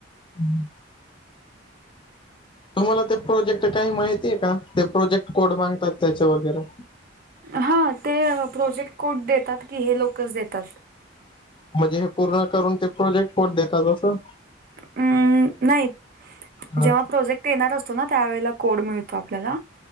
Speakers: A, on the left; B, on the right.
A: हम्म <inaudible> तुम्हाला ते प्रोजेक्ट काही माहितीय का ते प्रोजेक्ट कोड मागतात त्याच्या वगैरे?
B: हा ते प्रोजेक्ट कोड देतात की हे लोकच देतात.
A: म्हणजे हे पूर्ण करून ते प्रोजेक्ट कोड देतात असं?
B: अमम नाही
A: हा
B: जेव्हा प्रोजेक्ट ते देणार असतो ना त्यावेळेला कोड मिळतो आपल्याला